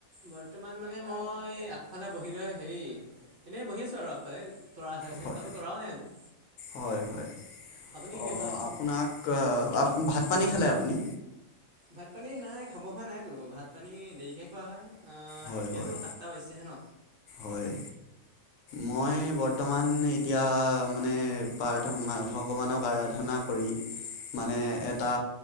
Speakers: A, on the right; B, on the left.
A: বৰ্তমান মানে মই আগফালে বহি লৈ হেৰি এনে বহি আছো আৰু আগফালে তৰা। আছে, আছে
B: হয়
A: তাকো তৰা নাই আজি।
B: হয়, হয়
A: আপুনি কি
B: অ
A: কৰি থকা হৈছে
B: আপোনাক ভ ভাত পানী খালে আপুনি?
A: ভাত পানী নাই খাব হোৱা নাইতো ভাত পানী দেৰিকহে খোৱা হয়। অ
B: হয়
A: এতিয়াতো
B: হয়
A: সাতটা বাইিছেহে ন।
B: হয় মই বৰ্তমান এতিয়া মানে প্ৰাৰ্থ ভগৱানক আৰাধনা কৰি মানে এটা